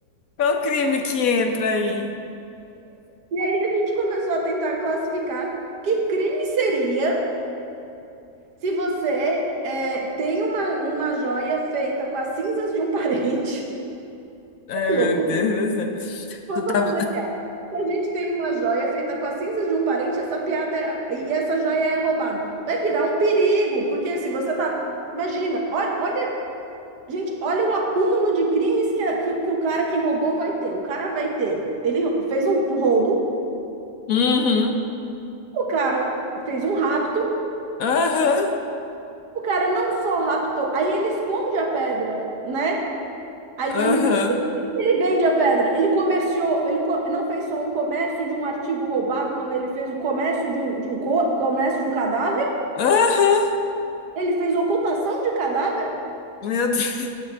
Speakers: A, on the left; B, on the right.
A: Qual o crime que entra aí?
B: E aí a gente começou a tentar classificar que crime seria. Se você é, tem uma, uma joia feita com as cinzas de um parente, <laughs>
A: Ai,
B: Ai, que loucura!
A: meu Deus do céu.
B: Vou
A: Tu
B: só
A: tá.
B: fazer piada. Se a gente tem uma joia feita com as cinzas de um parente, essa piada é- e essa joia é roubada. Vai virar um perigo, porque se você tá. Imagina, olha, olha, gente, olha o acúmulo de crimes que, a- que, que o cara que roubou vai ter. O cara vai ter. Ele rou- fez um, um roubo,
A: Uhum,
B: o cara fez um rapto,
A: aham,
B: o cara não só raptou, aí ele esconde a pedra, né? Aí ele,
A: aham,
B: ele vende a pedra. Ele comerciou, ele co- não fez só um comércio de um artigo roubado, como ele fez o comércio de um, de um co- comércio de um cadáver.
A: aham.
B: Ele fez ocultação de cadáver.
A: Meu Deus.